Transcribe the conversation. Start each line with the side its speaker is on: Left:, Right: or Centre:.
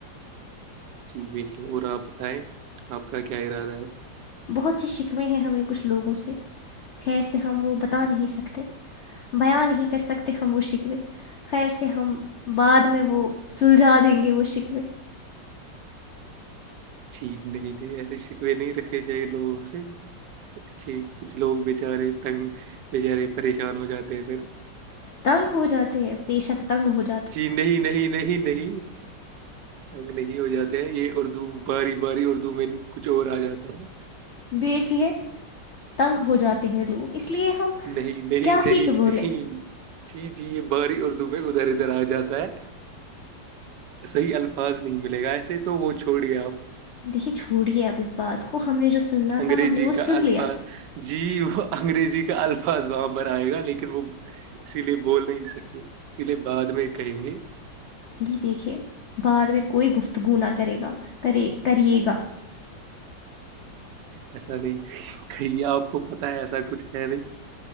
Right: جی بھیج اور آپ بتائیں آپ کا کیا ارادہ ہے
Left: بہت سے شکوے ہیں ہمیں کچھ لوگوں سے خیر سے ہم وہ بتا نہیں سکتے بیاں نہیں کر سکتے ہم وہ سکھوے خیر سے ہم بعد میں وہ سلجھا دیں گے وہ شکوے
Right: چھین نہیں لے ایسے شکوے نہیں رکھنے چاہیے لوگوں سے اچھی کچھ لوگ بچارے تنگ بچارے پریشان ہو جاتے ہیں پھر
Left: تنگ ہو جاتے ہیں پیشک تنگ ہو جات
Right: جی نہیں نہیں نہیں نہیں تنگ نہیں ہو جاتا یہ اردو باری باری اردو میں کچھ اور آ جاتا ہے
Left: دھے تنگ ہو جاتے ہیں لوگ اس لیے ہم
Right: نہیں نہیں
Left: کیا
Right: نہیں
Left: ہی بولیں
Right: نہیں جی جی یہ باری اور دبے ادھر ادھر آ جاتا ہے صحیح الفاظ نہیں ملے گا ایسے تو وہ چھوڑ گئے آپ
Left: دیکھیے چھوڑیے اب اس بات کو ہم نے جو سننا
Right: انگریزی
Left: تھا ہم نے وہ
Right: کا
Left: سن
Right: الفاظ
Left: لیا
Right: جی وہ انگریزی کا الفاظ وہاں پر آئے گا لیکن وہ اسی لیے بول نہیں سکتے اسی لیے بعد میں کہیں گے
Left: ج دیکھے بعد میں کوئی گفتگو نہ کرے گا کرے کریے گا
Right: ایسا نہیں کہ آپ کو پتا ہے ایسا کچھ ہے نہیں